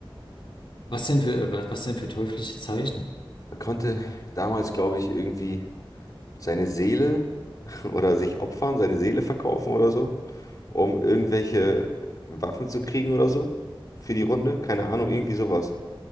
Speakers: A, on the left; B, on the left.
A: Was denn für, was, was denn für teuflische Zeichen?
B: Man konnte damals, glaube ich, irgendwie seine Seele <laughs> oder sich opfern, seine Seele verkaufen oder so, um irgendwelche Waffen zu kriegen oder so für die Runde. Keine Ahnung, irgendwie sowas.